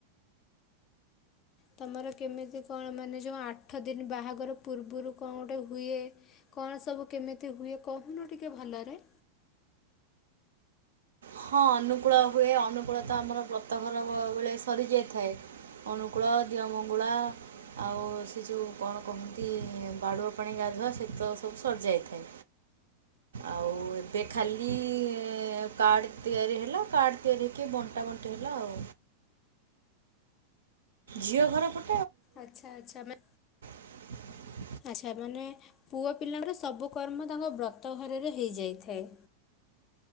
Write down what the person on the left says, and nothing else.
ତମର କେମିତି କଣ? ମାନେ ଯେଉଁ ଆଠ ଦିନ ବାହାଘର ପୂର୍ବରୁ କଣ ଗୋଟେ ହୁଏ? କଣ ସବୁ କେମିତି ହୁଏ? କହୁନୁ ଟିକେ ଭଲରେ।
ଆଚ୍ଛା ଆଚ୍ଛା। ମା
ଆଚ୍ଛା, ମାନେ ପୁଅ ପିଲାଙ୍କର ସବୁ କର୍ମ ତାଙ୍କ ବ୍ରତ ଘରରେ ହେଇଯାଇଥାଏ।